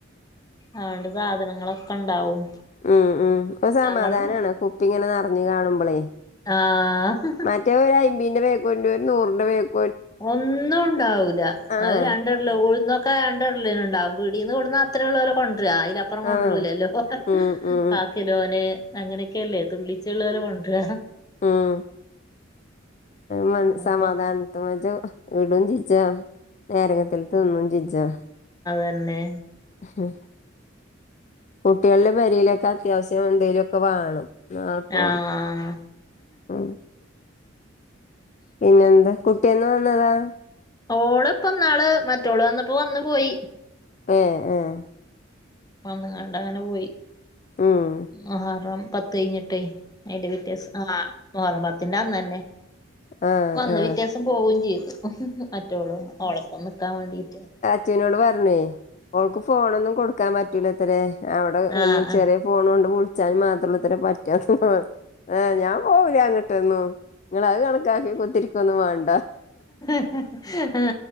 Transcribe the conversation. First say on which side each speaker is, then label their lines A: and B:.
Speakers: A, on the left; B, on the left.
A: അതണ്ട് സാധനങ്ങളൊക്കെ ഉണ്ടാവും.
B: ഉം ഉം ഇപ്പ സമാധാനമാണ്
A: ഞങ്ങളും
B: കുപ്പിങ്ങനെ നറഞ്ഞു കാണുമ്പോളേ?
A: ആഹ്
B: മറ്റേ ഒരു അയിമ്പിന്റെ പേക്കണ്ട് ഒരു നൂറിന്റെ പേക്ക
A: ഒന്നും ഉണ്ടാവില്ല
B: ആഹ്
A: അത് രണ്ട് ല്ല ഉഴന്നൊക്കെ രണ്ട് ഇടലിന് ഉണ്ടാവും പീടിന്ന് കോണ്ടുവന്നാ അത്ര ഉള്ള പോലേ കൊണ്ടുവരാ അ <unintelligible> കൊണ്ടലല്ലോ
B: ആഹ് ഉം ഉം
A: ക കിലോന് അങ്ങനെയൊക്കെയല്ലേ തുള്ളിച്ചുള്ളവരെ കൊണ്ടര.
B: ആഹ് മ
A: അപ്പൊ
B: സമാധാനത്ത മജ ഇടും ചൊച്ചാ നേരങ്ങത്തിൽ തിന്നും ചൊച്ചാ.
A: തന്നെ
B: ഉം കുട്ടിക്ളുടെ പെരിയിലൊക്കെ അത്യാവശ്യം എന്തേങ്കലുമൊക്കെ വാണം. ഞൻപോ
A: ആഹ്
B: ഉം പിന്നെ എന്ത് കുട്ടിന്ന് വന്നതാ?
A: ഓള് ഇപ്പന്നാള് മറ്റോള് വന്നപ്പോ വന്ന് പോയി.
B: ഏഹ് ഏഹ്
A: വന്ന് ങണ്ട് അങ്ങനെ പോയി
B: ഉം
A: മുഹറം പത്ത് കഴിഞ്ഞിട്ടേ അയിന്റെ പിറ്റേദിവസം ആഹ് മുഹറം പത്തിന്റെ അന്ന് തന്നെ
B: ആഹ്
A: വന്ന്
B: ആഹ്
A: പിറ്റേ ദിവസം പോവും ചെയ്തു മറ്റോള് ഓളപ്പന്ന് നിക്കാൻ വേണ്ടിട്ട്.
B: അച്ചുനോട് പറഞ്ഞേ അവൾക്ക് ഫോണൊന്നും കൊടുക്കാൻ പറ്റൂല അത്രേ അവിടെ
A: ആഹ് ആഹ്
B: ചെറിയ ഫോൺ കൊണ്ട് വിളിച്ചാന് മാത്രമുള്ളത്ര പറ്റാ ഏ്ഹ് ഞാൻ പോവുല അങ്ങോട്ടൊന്നു. നിങ്ങൾ അത് കണക്കാക്കി കുത്തിരിക്കൊന്നും വേണ്ട.
A: <inaudible>